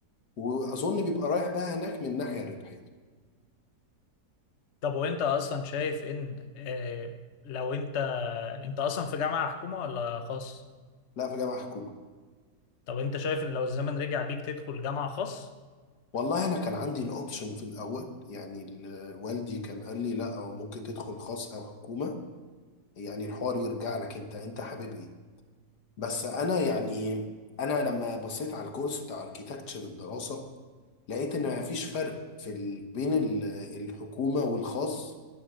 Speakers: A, on the left; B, on the left.
A: واظن بيبقى رايح بقى هناك من ناحيه ربحيه
B: طب وانت اصلا شايف ان آه، لو انت انت اصلا في جامعه حكومه ولا خاص
A: لا في جامعه حكومه
B: طب انت شايف ان لو الزمن رجع بيك تدخل جامعه خاص
A: والله انا كان عندي الاوبشن في الاول يعني ال- والدي كان قال لي لا أو ممكن تدخل خاص او حكومه يعني الحوار يرجع لك انت انت حابب ايه بس انا يعني انا لما بصيت على الكورس بتاع اركيتكتشر الدراسه لقيت ان ما فيش فرق في ال... بين ال... الحكومه والخاص